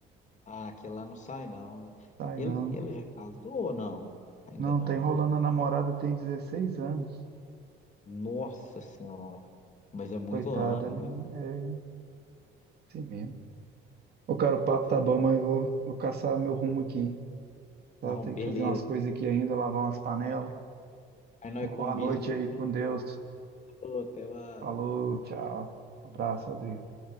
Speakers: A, on the left; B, on the right.
A: Ah, que lá não sai, não, né?
B: Sai
A: Ele,
B: não.
A: ele já casou ou não? Ainda
B: Não,
A: não,
B: tá enrolando
A: né?
B: a namorada, tem 16 anos.
A: Nossa Senhora. Mas é muito,
B: Coitada,
A: an- muito
B: né? É assim mesmo. Ô, cara, o papo
A: jovem.
B: tá bom, mas eu vou, vou caçar meu rumo aqui, tá?
A: Não,
B: Tem
A: beleza.
B: que fazer umas coisas aqui ainda, lavar umas panelas.
A: Aí, aí nós
B: Boa
A: combinamos.
B: noite aí com
A: <laughs>
B: Deus.
A: Falou, Até mais.
B: Falou, tchau. abraço, Rodrigo.